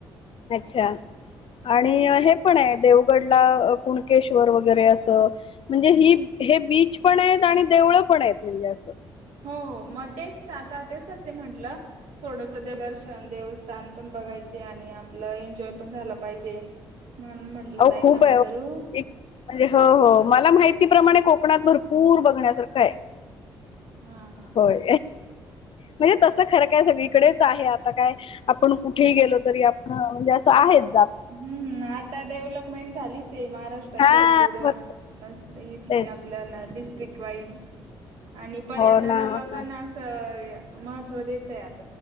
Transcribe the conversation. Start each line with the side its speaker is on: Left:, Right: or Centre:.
Left: अच्छा. आणि हे पण आहे देवगडला कुणकेश्वर वगैरे असं- म्हणजे ही हे बीच पण आहेत आणि देवळं पण आहेत म्हणजे असं.
Right: हो. मग तेच आता ते तसचए म्हंटलं. थोडसं दर्शन देवस्थान पण बघायचे आणि आपलं एन्जॉय- पण झाला पाहिजे. म्हणून म्हंटलं
Left: अहो
Right: ताईंना
Left: खूप
Right: विचारू-
Left: आहे हो एक म्हणजे, हो हो मला माहितीप्रमाणे कोकणात भरपूर बघण्यासारखं आहे.
Right: हा. हा
Left: होय. म्हणजे तस खरं काय सगळीकडेच आहे आता काय- आपण कुठेही गेलो तरी आपण म्हणजे असं आहेत.
Right: हम्म. आता डेव्हलपमेंट झालीच आहे महाराष्ट्रात
Left: हा
Right: भरपूर-
Left: बरोबर
Right: इथली
Left: तेच
Right: आपल्याला डिस्ट्रिक वाईज आणि पर्यटनाला
Left: हो ना हो ना
Right: पण अस- महत्त्व देत आहेत.